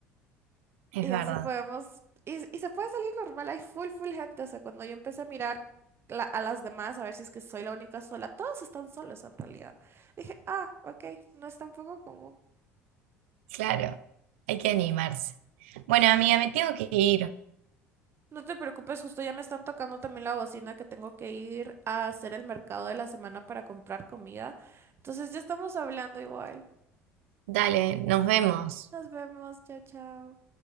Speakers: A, on the right; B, on the right.
A: es
B: Y
A: verdad.
B: así podemos. Y, y se puede salir normal. Hay full, full gente. O sea, cuando yo empecé a mirar la- a las demás, a ver si es que soy la única sola, todos están solos en realidad. dije, ah, ok, no es tampoco común.
A: Claro, hay que animarse. Bueno, amiga, me tengo que ir.
B: No te preocupes, justo ya me están tocando también la bocina que tengo que ir a hacer el mercado de la semana para comprar comida. Entonces ya estamos hablando igual.
A: Dale, nos vemos.
B: Nos vemos, chao, chao.